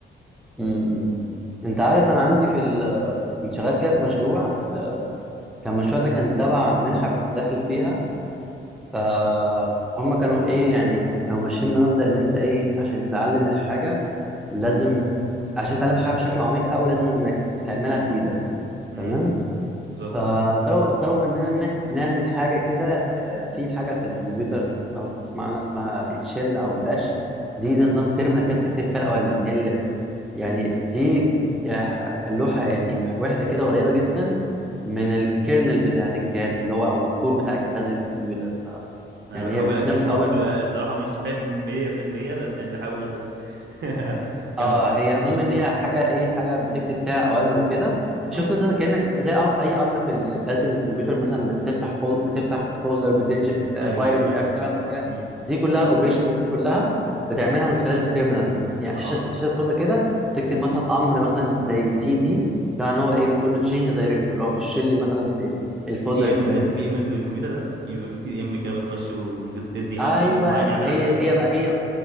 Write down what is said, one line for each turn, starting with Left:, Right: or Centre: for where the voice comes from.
Centre: امم انت عارف انا عندي في ال- كنت شغال كده في مشروع آه، كان المشروع ده كان تبع منحة كنت داخل فيها فهم كانوا ايه يعني كانوا ماشيين بمبدأ ان انت ايه عشان تتعلم الحاجة لازم عشان تتعلم حاجة بشكل عميق قوي لازم انك تعملها بايدك
Right: امم
Centre: تمام
Right: بالظبط
Centre: فطلبوا طلبوا مننا ان احنا نعمل حاجة كده آه، في حاجة في الكمبيوتر لو تسمع عنها اسمها الشell او الباش دي زي نظام ترمينال كده بتكتب فيها الاوامر هي اللي يعني دي يعني اللوحة يعني واحدة كده قريبة جدا من الكيرنل بتاعت الجهاز اللي هو او الكور بتاع الجهاز الكمبيوتر ف-
Right: انا
Centre: يعني
Right: بحاول
Centre: هي بتنفذ
Right: اكيب اب
Centre: اوامر
Right: الصراحه مش فاهم 100% بس يعني بحاول <laughs> كمل
Centre: اه
Right: كمل
Centre: هي المهم
Right: اتفضل.
Centre: ان هي حاجه ايه حاجه بتكتب فيها اوامر وكده شفت
Right: اه
Centre: انت كانك زي أمر اي امر في الجهاز الكمبيوتر مثلا انك تفتح فول بتفتح فولدر بتنشئ آه،
Right: ايوه
Centre: فايل
Right: ايوه
Centre: مش
Right: ايوه
Centre: عارف بتبعت حاجه
Right: امم
Centre: دي كلها الاوبريشنز دي كلها بتعملها من خلال التيرمينال دي يعني
Right: اه
Centre: شاشه شاشه سودا كده تكتب مثلا امر مثلا زي سي دي ده معناه هو ايه بتقول له تشينج دايركتيف اللي هو خش لي مثلا في الفولدر
Right: سي دي
Centre: الفلاني
Right: ام زي السي دي ام اللي في الكمبيوتر ده في في سي دي ام كده بتخش وممكن تدي امر
Centre: ايوه
Right: كده معين يعمل
Centre: هي
Right: لك حاجه
Centre: هي
Right: في الجهاز
Centre: بقى هي